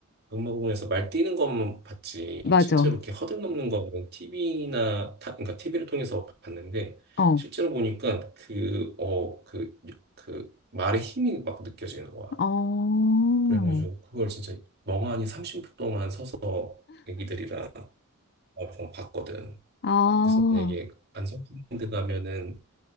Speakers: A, on the right (about 50°); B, on the left (about 50°).
A: 병마공원에서 말 뛰는 것만 봤지.
B: 맞아.
A: 실제로 이렇게 허들 넘는 거는 TV나, 그러니까 티비를 통해서 봤는데,
B: 어,
A: 실제로 보니까 그, 어, 그, 그 말의 힘이 막 느껴지는 거야.
B: 어,
A: 그래가지고 그걸 진짜 멍하니 30분 동안 서서 애기들이랑 와이프랑 봤거든.
B: 아,
A: 그래서 만약에 안성랜드 가면은